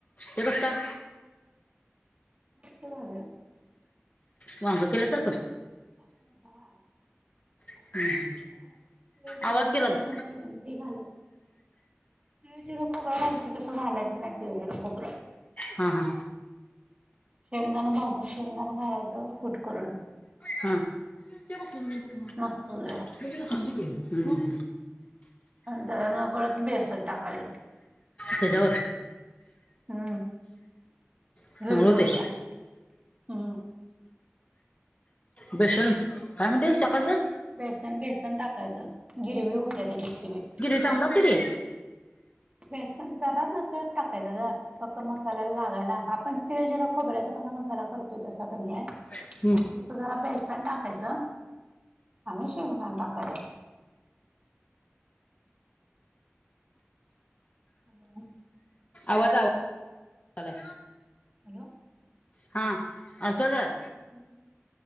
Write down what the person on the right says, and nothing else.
मस्त झालया
आपण हा आपण
मसाला तिळ जिर
खोबर
घाल ते घाल तिळ जिरं खोबरं घालती तसं घालायचं नाही तिळ जिरं खोबरं
शेंगदाण भाजून शेंगदाण घालायचं कुट करून
असं होय
<unintelligible> बेसन टाकायच
हू
घरगुत्या
हू
बेसन बेसन टाकायचं गिरवी हूत्या त्याची गिरवी
बेसन जरा नकळत टाकायचं ग फक्त मसाल्याला लागायला आपण तिळ जिर खोबऱ्याचा कसा मसाला करतोय तसा कणी
फक्त जरा बेसन टाकायचं आणि शेंगदाण टाकायचं <inaudible>
हॅलो
हू